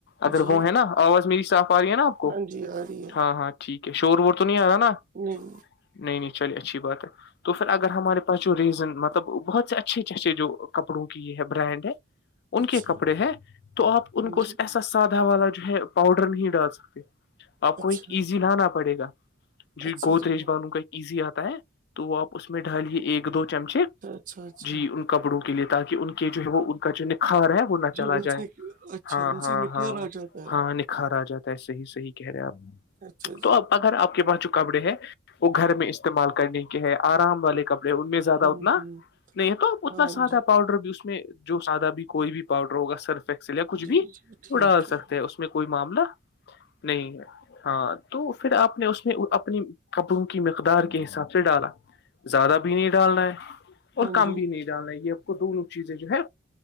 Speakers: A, on the left; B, on the right.
A: اگر
B: جی
A: وہ ہے نا آواز میری صاف آ رہی ہے نا آپ کو
B: ہاں جی آ رہی ہے
A: ہاں ہاں ٹھیک ہے شور وور تو نہیں آ رہا نا
B: نہیں
A: نہیں نہیں چلیے اچھی بات ہے تو پھر اگر ہمارے پاس جو ریزن مطلب بہت سے اچھے اچھ اچھے جو کپڑوں کی یہ ہے برانڈ ہے ان
B: اچھا
A: کے کپڑے ہیں تو آپ
B: ہاں
A: ان کو اس
B: جی
A: ایسا سادا والا جو ہے پاؤڈر نہیں ڈال سکتے آپ کو
B: اچھا
A: ایک ایزی لانا پڑے گا جو
B: اچھا
A: گودریج
B: جی
A: بالوں کا ایزی آتا ہے تو وہ آپ اس میں ڈالیے ایک دو چمچے
B: اچھ اچا
A: جی ان کپڑوں کے لیے تاکہ ان کے جو ہے وہ ان کا جو نکھار ہے وہ نہ
B: جی
A: چلا
B: ان
A: جائے
B: سے اچھا
A: ہاں
B: ان
A: ہاں
B: سے نکھار
A: ہاں
B: آ جاتا ہے
A: ہاں نکھار آ جاتا ہےسے ہی صحیح کہہ رہے آپ
B: اچھا
A: تو
B: جی
A: آپ اگر آپ کے پاس جو کپڑے ہے وہ گھر میں استعمال کرنے کے ہے آرام والے کپڑے ان میں زیادہ
B: ہوں
A: اتنا
B: ہوں
A: نہیں ہے تو اتنا
B: ہاں
A: سادہ
B: جی
A: پاؤڈر بھی اس میں جو سادہ بھی کوئی بھی پاؤڈر ہوگا سرفسل یا کچھ
B: جی
A: بھی
B: جی
A: تو
B: ٹھیک
A: ڈال
B: ہے
A: سکتے ہیں اس میں میں کوئی معاملہ نہیں ہے ہاں تو پھر آپ نے اس میں اپنی قبروں کی مقدار کے حساب سے ڈالا زیادہ بھی نہیں ڈالنا ہے اور
B: ہاں
A: کم
B: جی
A: بھی نہیں ڈالنا ہے یہ آپ کو دونوں چیزیں جو ہے